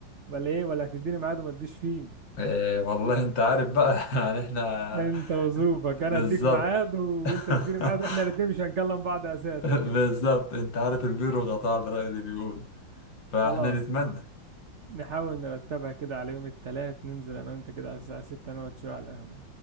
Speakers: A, on the right; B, on the left.
A: ولا ايه ولا هتديني ميعاد وما تجيش فيه
B: إيه والله انت عارف بقى <laughs> يعني احنا
A: انت وظروفك انا
B: بالظبط
A: اديك ميعاد و-
B: <laughs>
A: وانت تديني ميعاد واحنا الاثنين مش هنكلم بعض اساسا
B: بالظبط
A: <laughs>
B: انت عارف البيرو غطاء على الرأي اللي بيقول فاحنا
A: خلاص
B: نتمنى
A: نع- نحاول نرتبها كده على يوم الثلاث ننزل انا وانت كده على الساعة 6 نقعد شوية على القهوة